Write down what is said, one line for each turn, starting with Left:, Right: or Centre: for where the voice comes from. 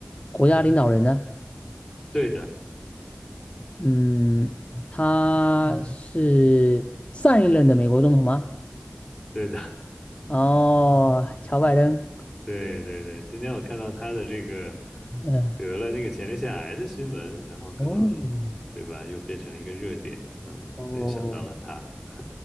Left: 国家领导人呢？
Centre: 对的，
Left: 嗯，他是上一任的美国总统吗？
Centre: 对的，
Left: 哦，乔拜登。
Centre: 对对对，今天我看到他的这个
Left: 嗯，
Centre: 得了那个前列腺癌的新闻，然后可能对吧，
Left: 哦，
Centre: 又变成了一个热点，嗯，
Left: 哦，
Centre: 所以想到了他，<laughs>